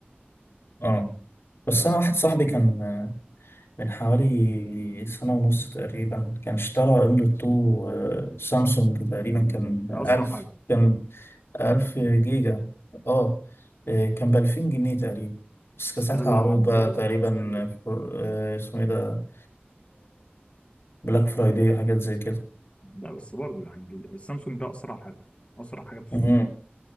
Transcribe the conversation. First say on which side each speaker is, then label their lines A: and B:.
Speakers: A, on the left (about 80°); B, on the left (about 30°).
A: اه بس
B: ف
A: انا واحد صاحبي
B: يبقى
A: كان من حوالي سنة ونص تقريبا كان اشترى ام دوت 2 سامسونج تقريبا كان
B: ده اسرع
A: 1000
B: حاجه
A: كان 1000 جيجا اه آه، كان ب 2000 جنيه تقريبا بس كان ساعتها
B: لا لا
A: عروض
B: يا عم
A: بقى
B: لا لا
A: تقريبا
B: مستحيل
A: فر- آه، اسمه ايه ده بلاك فرايداي وحاجات زي كده
B: لا بس برضه يعني ال- السامسونج ده اسرع حاجه اسرع حاجه في السوق
A: مم.